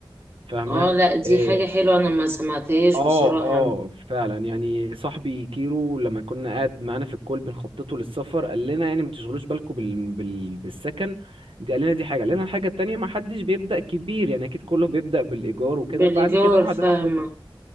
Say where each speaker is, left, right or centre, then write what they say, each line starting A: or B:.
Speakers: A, on the right (about 80°); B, on the right (about 25°).
A: فاهمة
B: اه لا دي
A: آه،
B: حاجه حلوه انا ما سمعتهاش
A: اه
B: بصراحه
A: اه فعلا يعني صاحبي كيرو لما كنا قاعد معانا في الكول بنخططه للسفر قال لنا يعني ما تشغلوش بالكم بال... بال... بالسكن دي قال لنا دي حاجه قال لنا الحاجه التانيه ما حدش بيبدا كبير يعني اكيد كله بيبدا بالايجار وكده
B: بالايجار
A: وبعد كده واحده
B: فاهمه
A: واحده ب-